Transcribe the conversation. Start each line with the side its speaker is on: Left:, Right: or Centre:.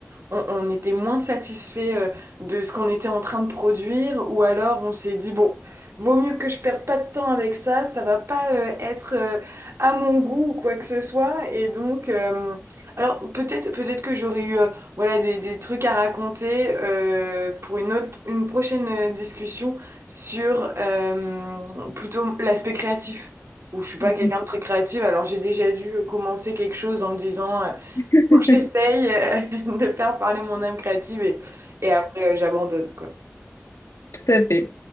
Right: on, on était moins satisfait euh, de ce qu'on était en train de produire ou alors on s'est dit, bon, vaut mieux que je perde pas de temps avec ça, ça va pas euh, être euh, à mon goût ou quoi que ce soit. Et donc, euh, alors peut-être peut-être que j'aurais eu... euh, voilà, des, des trucs à raconter euh, pour une autre, une prochaine euh, discussion sur euh, plutôt l'aspect créatif. Où je suis pas
Left: mm,
Right: quelqu'un de très créatif, alors j'ai déjà dû euh, commencer quelque chose en me disant euh,
Left: mm.
Right: faut que j'essaye
Left: <laughs>
Right: euh, <laughs> de faire parler mon âme créative et, et après euh, j'abandonne quoi.
Left: Tout à fait.